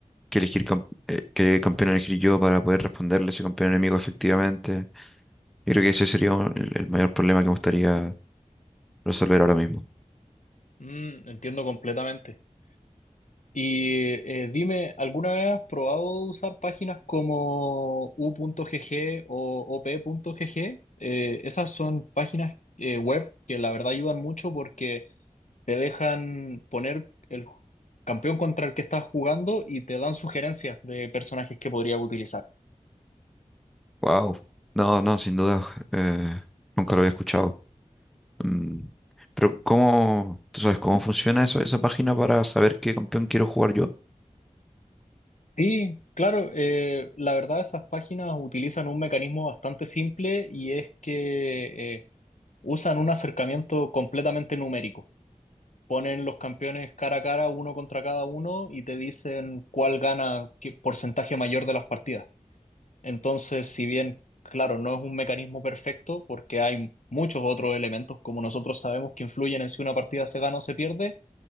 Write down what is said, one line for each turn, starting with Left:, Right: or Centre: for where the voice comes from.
Centre: que elegir cam- eh, qué campeón elegir yo para poder responderle a ese campeón enemigo efectivamente. Yo creo que ese sería un- el, el mayor problema que me gustaría resolver ahora mismo.
Left: Mm, entiendo completamente. Y eh, dime, ¿alguna vez has probado usar páginas como u.gg o op.gg? Eh, esas son páginas eh, web que la verdad ayudan mucho porque te dejan poner el ju- campeón contra el que estás jugando y te dan sugerencias de personajes que podrías utilizar.
Centre: Wow. No, no, sin duda. eh, nunca lo había escuchado. Mm, Pero ¿cómo, tú sabes cómo funciona eso, esa página para saber qué campeón quiero jugar yo?
Left: Sí, claro, eh, la verdad esas páginas utilizan un mecanismo bastante simple y es que eh, usan un acercamiento completamente numérico. Ponen los campeones cara a cara, uno contra cada uno, y te dicen cuál gana qué porcentaje mayor de las partidas. Entonces, si bien, claro, no es un mecanismo perfecto porque hay muchos otros elementos, como nosotros sabemos, que influyen en si una partida se gana o se pierde,